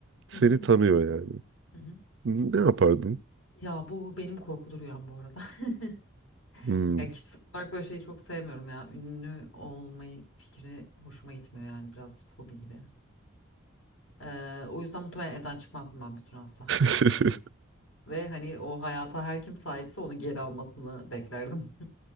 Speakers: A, on the right (about 60°); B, on the left (about 75°).
A: seni
B: hı hı.
A: tanıyor yani.
B: hı hı.
A: Ne yapardın?
B: Ya bu benim korkulu rüyam bu arada. <laughs>
A: Hmm.
B: Ya kişisel olarak böyle şeyi çok sevmiyorum ya. Ünlü olmayı fikri hoşuma gitmiyor yani biraz fobi gibi. Ee, o yüzden muhtemelen evden çıkmazdım ben bütün hafta.
A: <laughs>
B: Ve hani o hayata her kim sahipse onu geri almasını beklerdim.